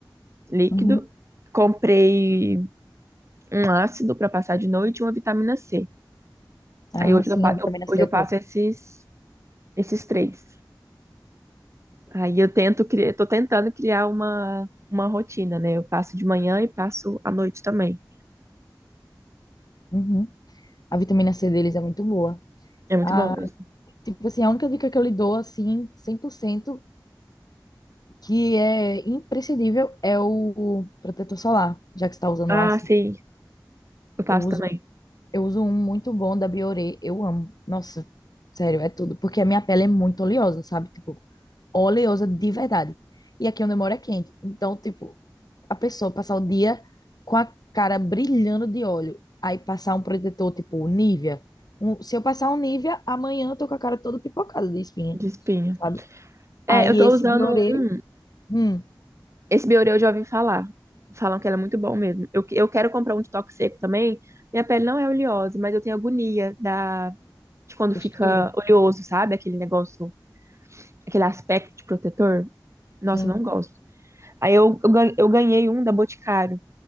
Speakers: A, on the right (about 35°); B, on the left (about 55°).
A: líquido.
B: Uhum.
A: Comprei um ácido pra passar de noite e uma vitamina C.
B: Ah,
A: Aí hoje
B: sim,
A: eu, pa-
B: a vitamina
A: eu- hoje
B: C é
A: eu passo
B: top.
A: esses, esses três. Aí eu tento criar, tô tentando criar uma, uma rotina, né? Eu passo de manhã e passo à noite também.
B: Uhum. A vitamina C deles é muito boa.
A: É muito
B: a
A: bom mesmo.
B: tipo assim, a única dica que eu lhe dou, assim, 100% que é imprescindível, é o protetor solar, já que você está usando
A: Ah,
B: ácido.
A: sim, eu passo
B: Eu uso,
A: também
B: eu uso um muito bom da Bioré, eu amo. Nossa, sério, é tudo. Porque a minha pele é muito oleosa, sabe? Tipo, oleosa de verdade. E aqui onde eu moro é quente. Então, tipo, a pessoa passar o dia com a cara brilhando de óleo, aí passar um protetor tipo Nivea. Um- se eu passar um Nivea, amanhã eu tô com a cara toda pipocada de espinha,
A: de espinha.
B: sabe?
A: É,
B: Aí
A: eu tô
B: esse
A: usando
B: Bioré,
A: um.
B: hum,
A: Esse Bioré eu já ouvi falar. Falam que ele é muito bom mesmo. Eu, que- eu quero comprar um de toque seco também. Minha pele não é oleosa, mas eu tenho agonia da, de quando
B: textura,
A: fica oleoso, sabe? Aquele negócio, aquele aspecto de protetor. Nossa,
B: sim.
A: eu não gosto. Aí eu, eu, gan- eu ganhei um da Boticário,